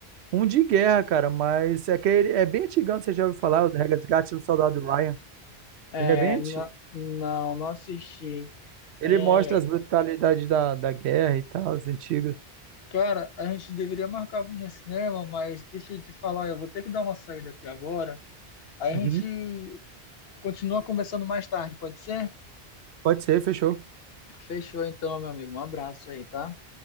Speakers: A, on the right; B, on the left.
A: Um de guerra, cara, mas é que ele é bem antigão, você já ouviu falar, o Resgate do Soldado Ryan.
B: É,
A: Ele é bem antigo.
B: na- não, não assisti.
A: Ele
B: É,
A: mostra as brutalidades da, da guerra e tal, os antigos.
B: cara, a gente deveria marcar no cinema, mas deixa eu te falar, eu vou ter que dar uma saída aqui agora. Aí
A: Uhum.
B: a gente continua conversando mais tarde, pode ser?
A: Pode ser, fechou.
B: Fechou então, meu amigo. Um abraço aí, tá?